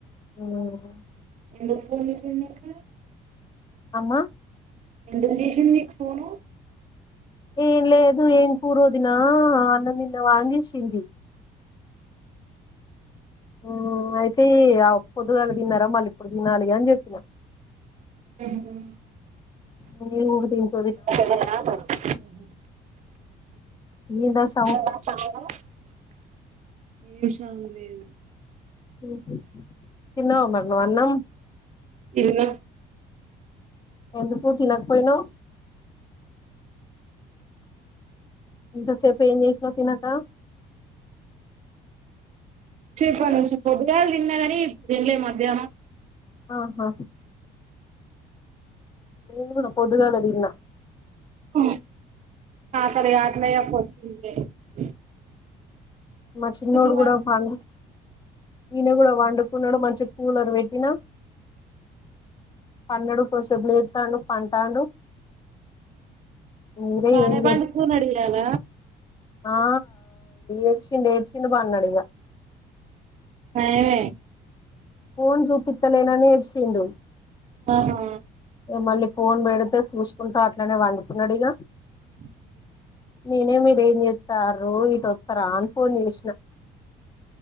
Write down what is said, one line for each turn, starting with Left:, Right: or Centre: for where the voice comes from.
Left: హ్మ్.
Right: ఎందుకు ఫోన్ చేసింది? అక్కా.
Left: అమ్మ!
Right: ఎందుకు చేసింది నీకు ఫోన్‌ను?
Left: ఏం లేదు, ఏం కూర వదినా? అన్నం తిన్నావా అని జేసింది. ఓ, అయితే ఆ పొద్దుగాల తిన్నారా? మళ్లీ ఇప్పుడు తినాలిగా అని జెపిన్న.
Right: ఉహ్మ్.
Left: అని ఉదాది!
Right: సజనా <inaudible> అన్ <unintelligible>
Left: మేన్ దుస్. <inaudible>
Right: నాశావా <inaudible> ఏ శము లేదు.
Left: ఉహూ! తినవ్ మరి నువ్వు అన్నం?
Right: ఇదినా?
Left: ఎందుకు తినకుపోయిన ఇంతసేపు ఏం చేసినావ్ తినక
Right: చెప్పను పొద్దుగాల తిన్నా కాని ఇప్పుడు తినలే మధ్యాహ్నం
Left: ఆహా నేను కూడా పొద్దుగాల దిన్నా
Right: ఓ ఆకలి ఆకలేయ <unintelligible> అ <unintelligible>
Left: మా చిన్నోడు
Right: కావట్లే
Left: కూడా పండు ఈయన కూడా పండుకున్నాడు మంచి కూలరు పెట్టిన పండుడు కొద్దిసేపు లేత్తండు పంటాండు మీరే
Right: బానే
Left: ఏం చే
Right: పండుకున్నడు ఈయల
Left: ఆ ఏడ్చిండ్ ఏడ్చిండ్ ఇక పడినాడిగా
Right: నయమే
Left: పోన్ చూపితలేనని ఏడ్చిండు
Right: ఆహా
Left: ఏ మళ్ళీ ఫోన్ పెడితే చూస్ కుంటా అట్లనే పండుకున్నడిగ
Right: హ
Left: నేనే మీ న్స్తారు ఇట్ొస్తర అంత ఫోన్ చేసిన